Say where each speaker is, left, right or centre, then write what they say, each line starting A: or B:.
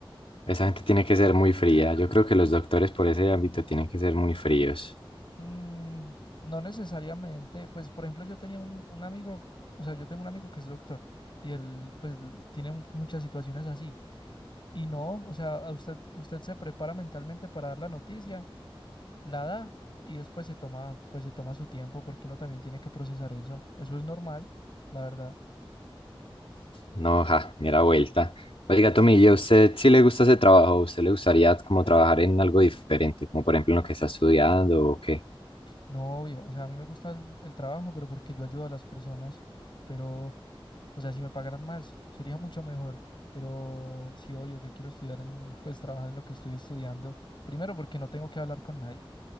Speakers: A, on the left (about 85°); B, on the left (about 60°).
A: Esa gente tiene que ser muy fría. Yo creo que los doctores por ese ámbito tienen que ser muy fríos.
B: Mm, no necesariamente, pues por ejemplo yo tenía un, un amigo, o sea, yo tengo un amigo que es doctor y él pues l- tiene un- muchas situaciones así y no, o sea, a usted, usted se prepara mentalmente para dar la noticia, la da y después se toma, pues se toma su tiempo porque uno también tiene que procesar eso, eso es normal, la verdad.
A: No, ja, mira vuelta. Oiga, Tomillo, ¿usted sí le gusta ese trabajo? ¿Usted le gustaría como trabajar en algo diferente, como por ejemplo en lo que está estudiando o qué?
B: No, obvio, o sea, a mí me gusta el, el trabajo, pero porque yo ayudo a las personas, pero... O sea, si me pagaran más, sería mucho mejor. Pero sí, obvio, yo quiero estudiar en, pues trabajar en lo que estoy estudiando. Primero, porque no tengo que hablar con nadie.